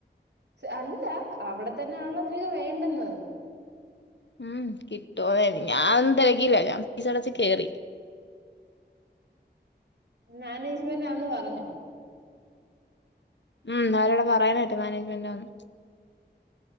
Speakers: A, on the right; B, on the left.
A: അല്ല അവിടെ തന്നെ ആണല്ലോ നിനക്ക് വേണ്ടന്ന്
B: ഉം കിട്ടോ ഞാനും തിരക്കിയില്ല ഞാൻ ഫീസ് അടച്ച് കേറി
A: മാനേജ്‌മെന്റാന്ന് പറഞ്ഞു.
B: ഉം അവരവിടെ പറയുന്ന കേട്ട് മാനേജ്മെന്റാന്ന്.